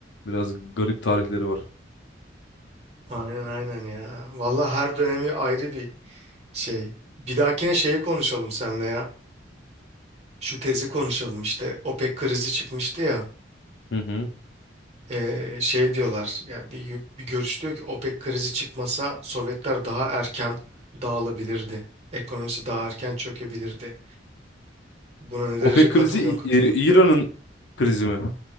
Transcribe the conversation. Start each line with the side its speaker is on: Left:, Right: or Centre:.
Left: Biraz garip tarihleri var.
Right: Aynen aynen ya. Vallahi her dönemi ayrı bir şey. Bir dahakine şeyi konuşalım seninle ya. Şu tezi konuşalım işte. OPEC krizi çıkmıştı ya.
Left: Hı hı.
Right: Ee, şey diyorlar yani bir, bir görüş diyor ki OPEC krizi çıkmasa Sovyetler daha erken dağılabilirdi. Ekonomisi daha erken çökebilirdi. Buna ne derece
Left: OPEC
Right: katılıyorsun
Left: krizi İ-
Right: katılmıyorsun?
Left: İ- İran'ın krizi mi?